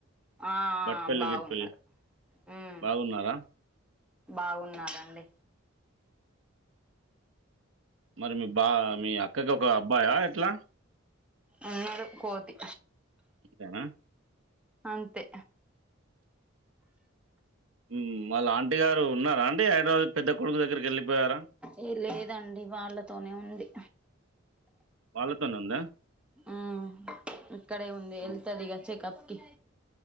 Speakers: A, in the centre; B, on the right.
A: ఆ..
B: బట్టపెల్లి,
A: బాగున్నారు
B: గిట్టపెల్లి
A: హ్మ్
B: బాగున్నారా?
A: బాగున్నారండి
B: మరి మీ బా మీ అక్కకి ఒక అబ్బాయా ఎట్లా
A: ఉన్నడు కోతి
B: అంతేన
A: అంతే
B: హ్మ్ వాళ్ళ ఆంటీ గారు ఉన్నారాఅండి హైదరాబాద్ పెద్ద కొడుకు దగ్గరికి వెళ్ళిపోయారా
A: ఏ లేదండి వాళ్ళతోనే ఉంది
B: వాళ్ళతోనే ఉందా
A: ఆ ఇక్కడ ఉంది
B: హ్మ్.
A: వెళ్తది ఇగ చెకప్కి